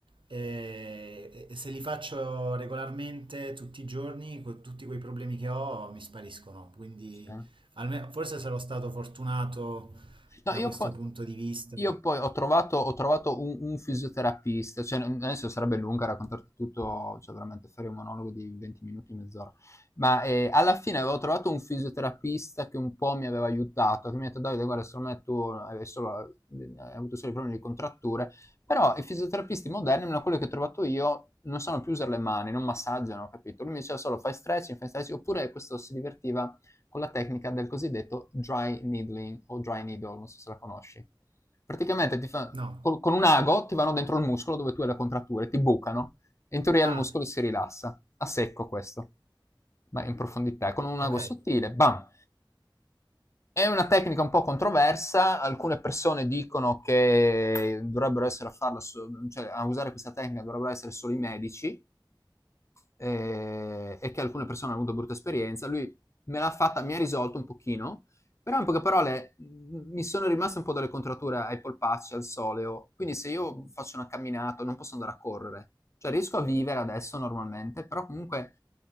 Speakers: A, on the right; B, on the left.
A: e, e se li faccio regolarmente tutti i giorni, con tutti quei problemi che ho mi spariscono. Quindi
B: sì.
A: alme- forse sarò stato fortunato
B: No,
A: da
B: io
A: questo
B: poi,
A: punto di vista.
B: io poi ho trovato, ho trovato un, un fisioterapista, cioè adesso sarebbe lunga raccontarti tutto, cioè veramente fare un monologo di 20 minuti, mezz'ora, ma eh, alla fine avevo trovato un fisioterapista che un po' mi aveva aiutato, che mi ha detto Davide, guarda, secondo me tu hai, solo, hai avuto solo i problemi di contratture, però i fisioterapisti moderni, almeno quelli che ho trovato io, non sanno più usare le mani, non massaggiano, capito? Lui mi diceva solo fai stretching, fai stretching, oppure questo si divertiva con la tecnica del cosiddetto dry needling o dry needle, non so se la conosci. Praticamente ti fa,
A: No.
B: con un ago ti vanno dentro il muscolo dove tu hai la contrattura e ti bucano e in teoria
A: Ah,
B: il muscolo si rilassa, a secco questo, ma in profondità, con un
A: ok.
B: ago sottile, bam! È una tecnica un po' controversa, alcune persone dicono che dovrebbero essere a farla, so- cioè a usare questa tecnica dovrebbero essere solo i medici, eh, e che alcune persone hanno avuto brutta esperienza. Lui me l'ha fatta, mi ha risolto un pochino, però in poche parole mh, mi sono rimaste un po' delle contrature ai polpacci, al soleo, quindi se io faccio una camminata non posso andare a correre, cioè riesco a vivere adesso normalmente, però comunque